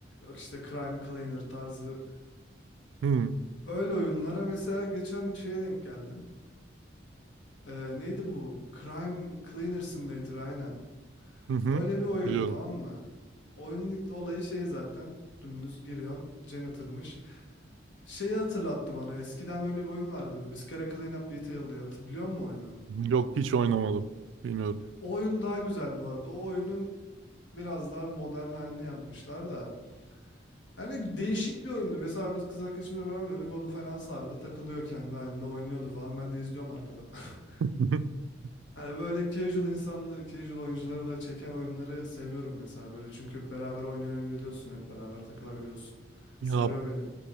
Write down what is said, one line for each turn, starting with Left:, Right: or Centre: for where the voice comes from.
Left: yok işte Crime Cleaner tarzı
Right: Hı.
Left: öyle oyunlara mesela geçen şeye denk geldim. Ee, neydi bu? Crime Cleaner Simulator aynen.
Right: Hı hı.
Left: Öyle bir oyun
Right: Biliyorum.
Left: tamam mı? Oyunun olayı şey zaten dümdüz giriyorsun janitor'mış. Şeyi hatırlattı bana. Eskiden öyle bir oyun vardı. Viscera Cleanup Detail diye. Hatırlıyor musun oyunu?
Right: Yok hiç oynamadım. Bilmiyorum.
Left: O oyun daha güzel bu arada. O oyunun biraz daha modern halini yapmışlar da. Hani değişik bir oyundu. Mesela biz kız arkadaşımla beraber oynuyorduk. Onu fena sardı. Takılıyor kendi halinde oynuyordu falan. Ben de izliyorum arkada. <laughs>
Right: <laughs>
Left: Hani böyle casual insanları, casual oyuncuları da çeken oyunları seviyorum mesela. Böyle çünkü beraber oynayabiliyorsun. Hep beraber takılabiliyorsun.
Right: Ya
Left: Sarıyor beni.